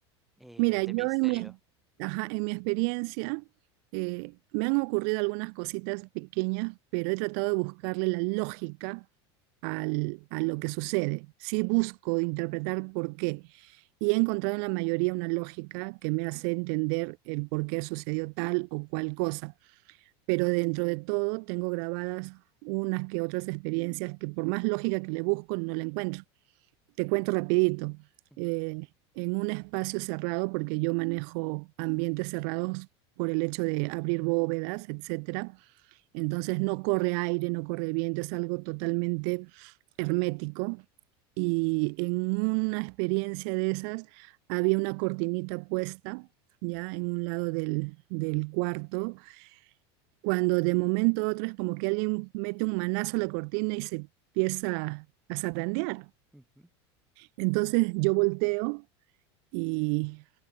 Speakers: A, in the centre; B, on the right.
A: eh,
B: Mira,
A: de
B: yo
A: misterio.
B: en mi, ajá, en mi experiencia eh, me han ocurrido algunas cositas pequeñas, pero he tratado de buscarle la lógica al-
A: Ujú,
B: a lo que sucede. Sí busco interpretar por qué y he encontrado en la mayoría una lógica que me hace entender el por qué sucedió tal o cual cosa. Pero dentro de todo tengo grabadas unas que otras experiencias que por más lógica que le busco no la encuentro te cuento rapidito.
A: ujú,
B: eh, en un espacio cerrado, porque yo manejo ambientes cerrados por el hecho de abrir bóvedas, etcétera. Entonces no corre aire, no corre viento, es algo totalmente hermético. Y en una experiencia de esas había una cortinita puesta ya en un lado del, del cuarto, cuando de momento a otro es como que alguien mete un manazo a la cortina y se empieza a zarandear.
A: ujú.
B: Entonces yo volteo y